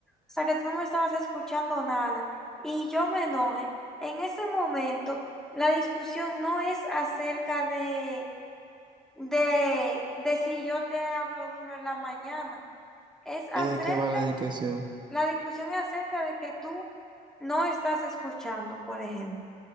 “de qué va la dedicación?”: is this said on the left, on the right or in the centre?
Right